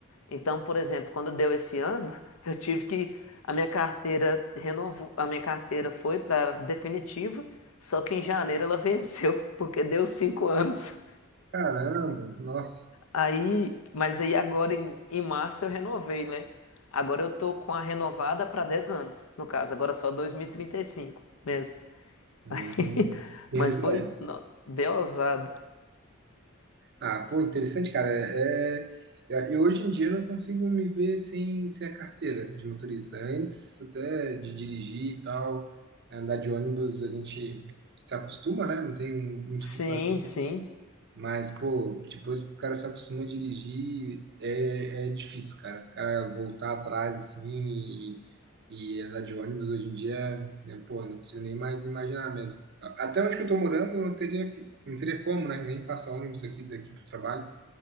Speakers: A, on the left (about 80°); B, on the right (about 50°).
A: Então, por exemplo, quando deu esse ano, <laughs> eu tive que a minha carteira renovou, a minha carteira foi para definitiva, só que em janeiro ela venceu <laughs> porque deu cinco anos.
B: Caramba, nossa.
A: Aí, mas aí agora em, em março eu renovei, né? Agora eu tô com a renovada para 10 anos, no caso, agora só dois mil e e trinta e cinco, mesmo. <laughs>
B: Hum.
A: Aí,
B: Interessante.
A: mas foi no- bem ousado.
B: Ah, pô, interessante, cara. É, é, eu hoje em dia não consigo me ver sem, sem a carteira de motorista. Antes até de dirigir e tal, andar de ônibus, a gente se acostuma, né? Não tem muito
A: Sim,
B: o que fazer.
A: sim.
B: Mas, pô, depois que o cara se acostuma a dirigir, é, é difícil, cara. O cara voltar atrás, assim, e, e andar de ônibus hoje em dia, eu, pô, não consigo nem mais imaginar mesmo. A- Até onde que eu tô morando, eu não teria, que- não teria como, né? Nem passar ônibus aqui daqui pro trabalho.